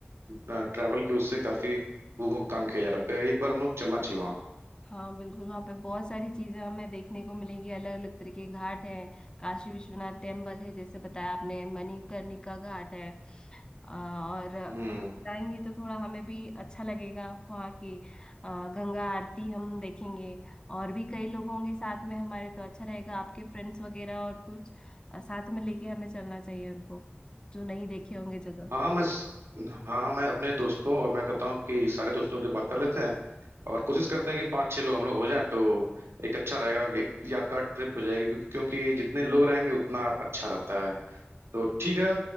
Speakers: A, on the right (about 85°); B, on the left (about 20°).
A: ट्रैवल के उससे काफी वो काम किया जा रहा था एक बार हम लोग चलना चाहिए वहाँ
B: हाँ बिल्कुल वहाँ पे बहुत सारी चीजें हमें देखने को मिलेंगी अलग अलग तरह के घाट हैं काशी विश्वनाथ टेम्पल है जैसे बताया आपने मणिकर्णिका घाट है और
A: हम्म
B: जाएंगे तो थोड़ा हमें भी अच्छा लगेगा वहाँ की अ, गंगा आरती हम देखेंगे और भी कई लोग होंगे साथ में हमारे तो अच्छा रहेगा आपके फ्रेंड्स वगैरह और कुछ अ, साथ में लेके हमें चलना चाहिए उनको जो नहीं देखे होंगे जगह
A: हाँ हाँ, मैं स- हाँ हाँ मैं अपने दोस्तों और मैं कहता हूँ कि सारे दोस्तों से बात कर लेते हैं और कोशिश करते हैं कि पाँच छः लोग हम लोग हो जाएं तो एक अच्छा रहेगा एक यादगार ट्रिप हो जाएगी क्योंकि क्योंकि जितने लोग रहेंगे उतना अच्छा रहता है तो ठीक है